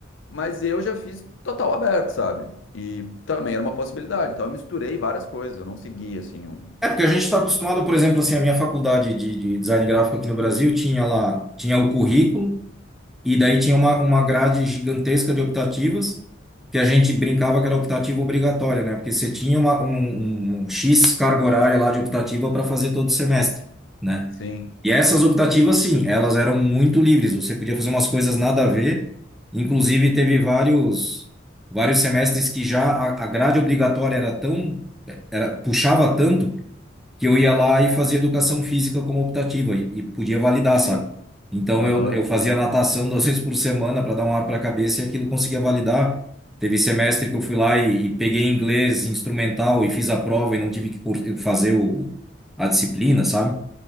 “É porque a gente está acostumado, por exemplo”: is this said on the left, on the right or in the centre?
Centre